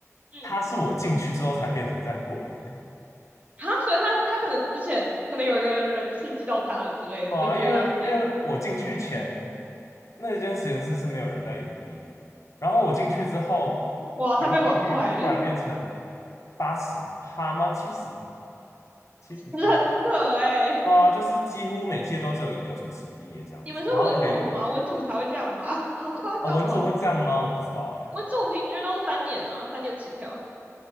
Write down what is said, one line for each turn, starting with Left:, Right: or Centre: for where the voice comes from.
Right: 嗯，
Left: 他是我进去之后才变成这样鬼欸，
Right: 哈，所以他他可能之前可能有一个人刺激到他了之类的，
Left: 对啊，
Right: 你的学长姐，
Left: 因为因为我进去前那间实验室是没有人在延毕的，然后我进去之后，
Right: 哇，他被玩坏了，
Left: 延毕率突然变成
Right: <laughs>
Left: 八十趴吗？七十七十趴，
Right: 真的很扯哎。
Left: 对啊，就是几乎每届都只有一个准时毕业这样子，
Right: 你们是文组吗？
Left: 然后还有没有
Right: 文组才会这样吧？<laughs> 好夸张哦，
Left: 啊？文组会这样吗？我不知道哎、
Right: 文组平均都是三年啊，三年起跳。